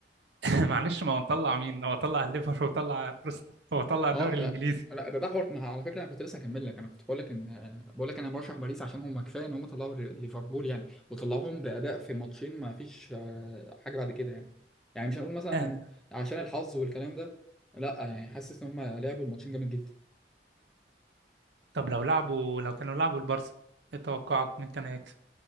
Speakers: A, on the right; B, in the centre.
A: <laughs> معلش ما هو طلع مين هو طلع الليفر وطلع ارسنال هو طلع الدوري
B: اه
A: الانجليزي
B: آه. لا ده ده حوار ما على فكره انا كنت لسه هكمل لك انا كنت بقول لك ان آه، بقول لك انا مرشح باريس عشان هم كفايه ان هم طلعوا ليفربول يعني وطلعوهم باداء في ماتشين ما فيش آه، حاجه بعد كده يعني يعني مش هنقول مثلا
A: آه.
B: إن عشان الحظ والكلام ده لا يعني حاسس ان هم لعبوا الماتشين جامد جدا
A: طب لو لعبوا لو كانوا لعبوا البارسا ايه توقعك مين كان هيكسب